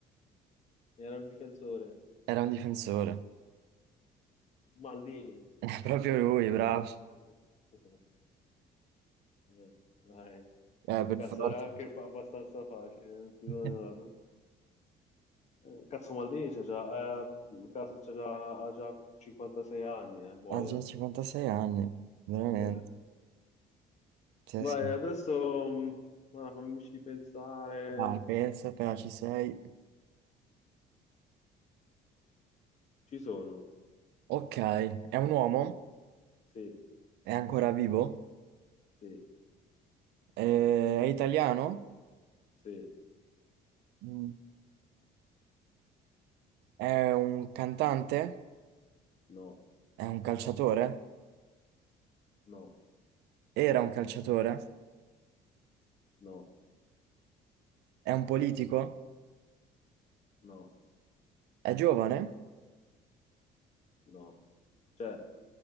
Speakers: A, on the left; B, on the right.
A: Era un difensore.
B: era un difensore.
A: Maldini.
B: <laughs> È proprio lui, bravo.
A: <laughs> Eh, Vai.
B: Eh, per
A: Cazzo,
B: forza.
A: era anche fa- abbastanza facile, non ci
B: <laughs>
A: sono andato. Eh, Cazzo, Maldini c'ha già, eh, cazzo, c'ha già, ha già 56 anni, eh, boia,
B: Ha già 56 anni, veramente.
A: boia.
B: Sì,
A: Vai,
B: sì.
A: adesso, mh, ma fammici pensare.
B: Dai, pensa, appena ci sei.
A: Ci sono.
B: Ok, è un uomo,
A: Sì,
B: è ancora vivo,
A: sì,
B: eh, è italiano,
A: sì,
B: Mm. è un cantante,
A: no,
B: è un calciatore,
A: no,
B: era un calciatore,
A: no,
B: è un politico,
A: no,
B: è giovane.
A: no. Cioè,